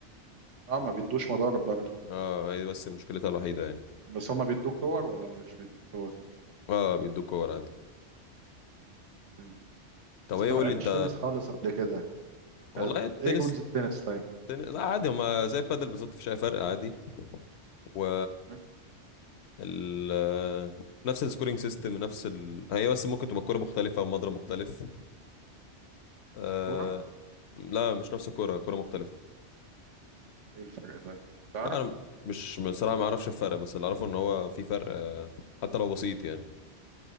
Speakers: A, on the right (about 80°); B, on the left (about 70°).
A: اه ما بيدوش مضارب برضه
B: اه هي دي بس مشكلتها الوحيده يعني
A: بس هما بيدوك كور ولا ما مش بيدوك كور
B: اه بيدوك كور عادي
A: مم.
B: طب
A: بس
B: ايه
A: انا
B: قول
A: ما لعبتش
B: لي انت
A: تنس خالص قبل كده
B: والله
A: آه،
B: التنس
A: ايه رولز التنس طيب
B: تن... لا عادي هما زي البادل بالظبط مفيش اي فرق عادي و
A: مم.
B: ال... نفس السكورينج سيستم نفس ال... هي بس ممكن تبقى كرة مختلفة ومضرب مختلف آه...
A: بس الكورة
B: لا مش نفس الكرة كرة مختلفة
A: ايه الفرق طيب تعرف
B: لا، انا مش بصراحة ما اعرفش الفرق بس اللي اعرفه ان هو في فرق آه... حتى لو بسيط يعني